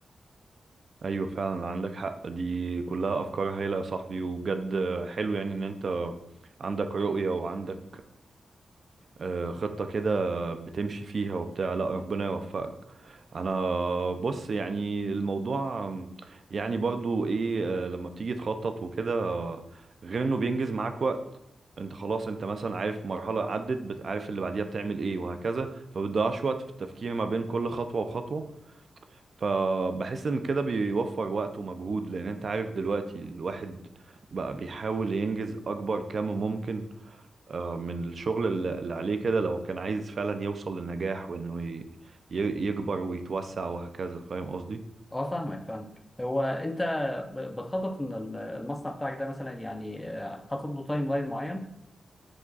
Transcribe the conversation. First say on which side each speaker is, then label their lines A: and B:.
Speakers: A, on the right (about 55°); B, on the left (about 15°).
A: ايوه فعلا عندك حق دي كلها افكار هايلة يا صاحبي وبجد حلو يعني ان انت عندك رؤية وعندك آه، خطة كده بتمشي فيها وبتاع لا ربنا يوفقك انا بص يعني الموضوع آم، يعني برضو ايه آه، لما بتيجي تخطط وكده آه، غير انه بينجز معاك وقت انت خلاص انت مثلا عارف مرحلة عدت بتعرف اللي بعديها بتعمل ايه وهكذا فبتضيعش وقت في التفكير ما بين كل خطوة وخطوة فبحس ان كده بيوفر وقت ومجهود لان انت عارف دلوقتي الواحد بقى بيحاول ينجز اكبر كم ممكن من الشغل الل- اللي عليه كده لو كان عايز فعلا يوصل للنجاح وانه ي- ي- يكبر ويتوسع وهكذا فاهم قصدي
B: أه فاهمك فاهمك. هو أنت ب- بتخطط إن ال- المصنع بتاعك ده مثلا يعني آه، حاطط له تايم لاين معين؟